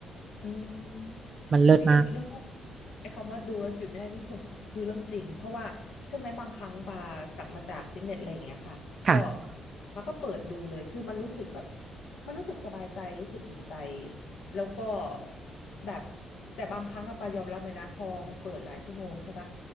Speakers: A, on the left; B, on the right.
A: อืม
B: มันเลิศมาก
A: อุ้ยไอเรื่องไอคำว่าดูแล้วหยุดไม่ได้นี่คือของคือเรื่องจริง เพราะว่าใช่อไหมบางครั้งปากลับมาจากฟิตเนสอะไรอย่างเงี้ยค่ะก็
B: ค่ะ
A: ปาก็เปิดดูเลยคือมันรู้สึกแบบมันรู้สึกสบายใจรู้สึกอุ่นใจแล้วก็แบบแต่บางครั้งอะปายอมรับเลยนะพอมันเปิดหลายชั่วโมงใช่ปะ